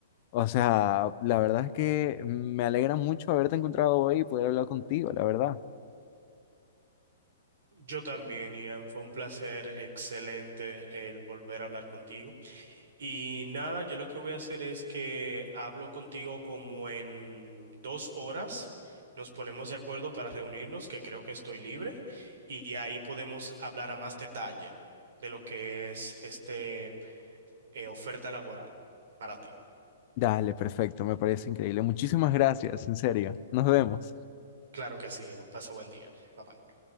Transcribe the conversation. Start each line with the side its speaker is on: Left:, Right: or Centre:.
Left: O sea, la verdad es que me alegra mucho haberte encontrado hoy y poder hablar contigo, la verdad.
Right: Yo también, Ian, fue un placer excelente el volver a hablar contigo. Y nada, yo lo que voy a hacer es que hablo contigo como en dos horas. Nos ponemos de acuerdo para reunirnos, que creo que estoy libre, y ahí podemos hablar a más detalle de lo que es este eh, oferta laboral para ti.
Left: Dale, perfecto, me parece increíble. Muchísimas gracias, en serio. Nos vemos.
Right: Claro que sí, Irán. Pasa buen día. Bye bye.